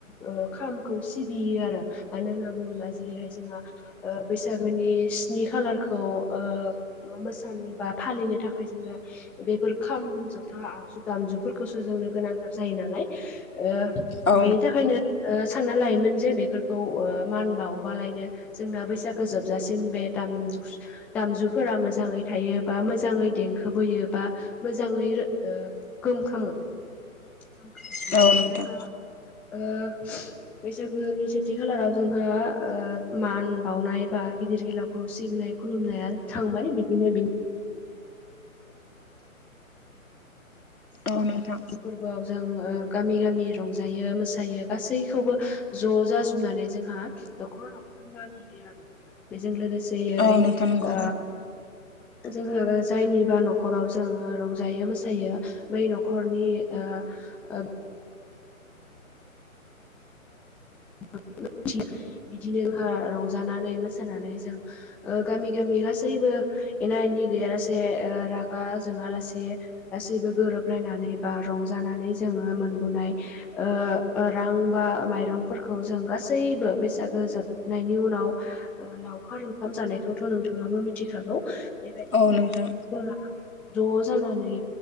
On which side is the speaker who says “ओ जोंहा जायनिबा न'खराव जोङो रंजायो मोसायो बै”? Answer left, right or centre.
Centre